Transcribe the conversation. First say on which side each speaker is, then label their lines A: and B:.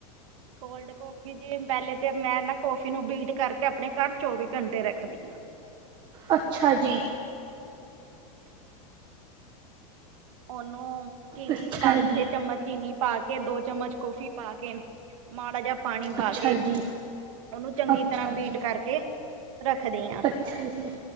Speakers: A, on the right; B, on the right.
A: ਕੋਲਡ ਕੋਫੀ ਜੀ ਪੈਲੇ ਤੇ ਮੈਂ ਨਾ ਕੋਫੀ ਨੂੰ ਬੀਟ ਕਰਕੇ, ਆਪਣੇ ਘਰ ਚੋਵੀ ਘੰਟੇ ਰੱਖਣੀ ਆਂ।
B: ਅੱਛਾ ਜੀ।
A: ਓਨੂੰ ਚੀਨੀ
B: ਅੱਛਾ
A: ਪੰਜ-ਛੇ
B: ਜੀ
A: ਚਮਚ ਚੀਨੀ ਪਾ ਕੇ, ਦੋ ਚਮਚ ਕੋਫੀ ਪਾ ਕੇ ਮਾੜਾ ਜੇਆ ਪਾਣੀ ਪਾ
B: ਅੱਛਾ
A: ਕੇ,
B: ਜੀ
A: ਓਨੂੰ ਚੰਗੀ
B: ਅੱਛਾ
A: ਤਰ੍ਹਾਂ ਬੀਟ
B: ਜੀ
A: ਕਰਕੇ ਰੱਖਦੀ ਆ,
B: ਅੱਛਾ ਜੀ